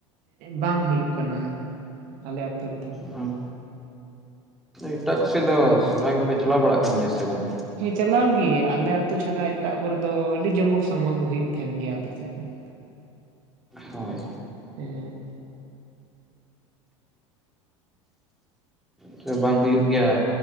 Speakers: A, on the right (about 55°); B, in the centre.
A: ᱵᱟᱝ ᱦᱩᱭᱩᱜ ᱠᱟᱱᱟ ᱟᱞᱮ ᱟᱛᱳ ᱨᱮᱫᱚ᱾
B: ᱦᱳᱭ ᱮᱴᱟᱜ ᱠᱚᱥᱮ ᱫᱚ ᱥᱚᱨᱦᱟᱭ ᱜᱮᱯᱮ ᱪᱟᱞᱟᱣ ᱵᱟᱲᱟᱜ ᱠᱟᱱ ᱜᱮᱭᱟ ᱥᱮ ᱵᱟᱝ?
A: ᱦᱮᱸ ᱪᱟᱞᱟᱣ ᱜᱤ ᱟᱞᱮ ᱟᱛᱚ ᱪᱷᱟᱰᱟ ᱮᱴᱟᱜ ᱠᱚᱨᱮ ᱫᱚ ᱟᱹᱰᱤ ᱡᱚᱢᱚᱠ ᱥᱚᱢᱚᱠ ᱦᱩᱭᱩᱜ ᱛᱟᱦᱮᱱ ᱜᱮᱭᱟ ᱟᱞ ᱥᱮᱫ ᱫᱚ᱾
B: ᱦᱳᱭ᱾
A: ᱦᱮᱸ᱾
B: ᱛᱚᱵᱮ ᱵᱟᱝ ᱦᱩᱭᱩᱜ ᱜᱮᱭᱟ